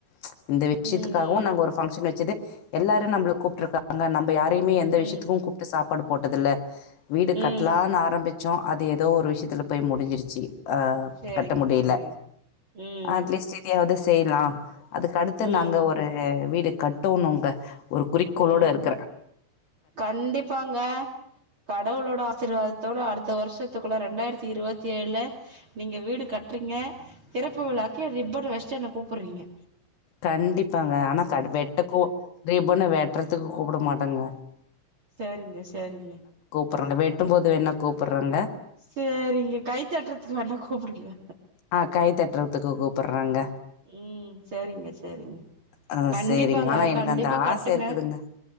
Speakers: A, on the left; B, on the right.
A: ச் இந்த விஷ்யத்துக்காகவும்
B: ம்
A: நாங்க ஒரு ஃபங்க்ஷன் வச்சது எல்லாரும் நம்மள கூப்ட்டுருகாங்க நம்ப யார் யுமே எந்த விஷ்யத்துக்கும்
B: ம் ம்
A: கூப்ட்டு சாப்பாடு போட்டதில்ல வீடு
B: ம்
A: கட்டலான்னு ஆரம்பி ச்சோ அது ஏதோ ஒரு விஷ்யத்துல போய் முடிஞ்சிருச்சு அ
B: செரிங்க
A: கட்ட முடில
B: செரிங்க ம்
A: அட்லீஸ்ட் இதையாவது <unintelligible> லாம் அதுக்கடுத்து
B: ம்
A: நாங்க ஒரு வீடு கட்டனூங்க ஒரு கோளோட
B: ம்
A: இருக்றன்
B: கண்டிப்பாங்க கடவுளோட ஆசிர்வாதத்தோட அடுத்த வருஷத்துக்குள்ள ரெண்டாயிர தி இருவத்தி ஏழு நீங்க வீடு கட்றீங்க திறப்பு விழாக்கு ரிப்பன் வஷ்ட்டு என்ன கூப்புர்றீங்க
A: கண்டிப்பாங்க ஆனா க வெட்டக்கோ ரிபன்னு வெட்றதுக்கு கூப்ட மாட்டாங்க
B: சேரிங்க சேரிங்க
A: <unintelligible> வெட்டும் போது வேணா கூப்புர்றங்க
B: சேரிங்க கை தட்றதுக்கு வேணா கூப்டுங்க
A: ஆ கை தட்றதுக்கு கூப்புர்றங்க
B: ம் சேரிங்க சேரிங்க
A: ஆ
B: கண்டிப்பாங்க
A: சரிங்க. ஆனா எனக்கு
B: கண்டிப்பா
A: அந்த
B: கட்டுங்க
A: ஆசை இருக்குதுங்க.